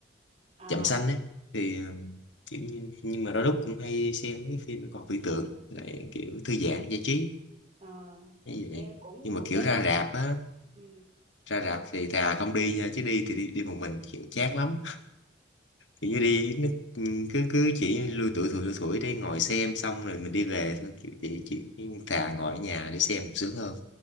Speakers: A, on the right; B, on the left.
A: à,
B: Trạm Xanh ấy thì ừm, kiểu như nhưng mà đôi lúc cũng hay xem mấy cái phim còn viễn tưởng lại kiểu thư giãn giải trí
A: à.
B: như
A: Em
B: vậy
A: cũng
B: nhưng
A: cũng
B: mà kiểu
A: giống
B: ra rạp á
A: ừ.
B: ra rạp thì thà không đi nha chứ đi thì đi, đi một mình kiểu chát lắm kiểu như đi nó ừm, cứ cứ chỉ lui tuổi thủi lui thủi để ngồi xem xong rồi mình đi về thôi kiểu chỉ, chỉ thà ngồi ở nhà
A: à.
B: để xem sướng hơn